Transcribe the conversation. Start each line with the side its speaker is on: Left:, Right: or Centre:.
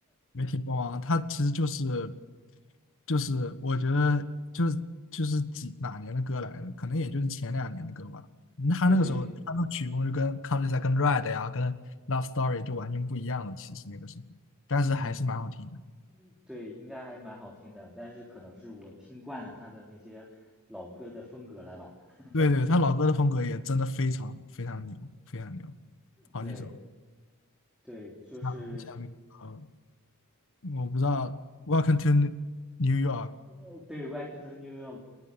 Left: 没听过啊，它其实就是就是我觉得就是就是几哪年的歌来的，可能也就是前两年的歌吧。他那个时候他的曲风就跟
Centre: 对，
Left: c o u n t r s i d e 跟 Red 呀、跟 Love Story 就完全不一样了。其实那个时候，但是还是蛮好听的。
Centre: 嗯，对，应该还是蛮好听的，但是可能是我听惯了他的那些老歌的风格了吧，
Left: 对对，
Centre: <laughs>
Left: 他老歌的风格也真的非常非常牛，非常牛，好几首。
Centre: 对对，就是
Left: 那我们下面，呃，我不知道《Welcome to New York》
Centre: 呃对《Welcome to New York》